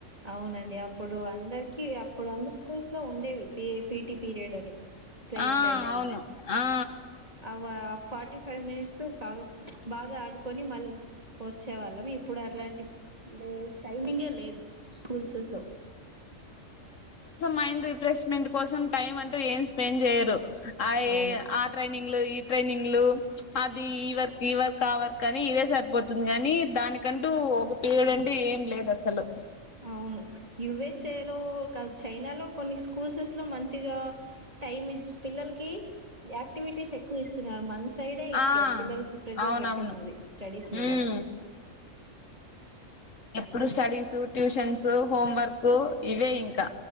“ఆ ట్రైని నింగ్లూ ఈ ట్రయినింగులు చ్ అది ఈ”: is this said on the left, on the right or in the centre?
Left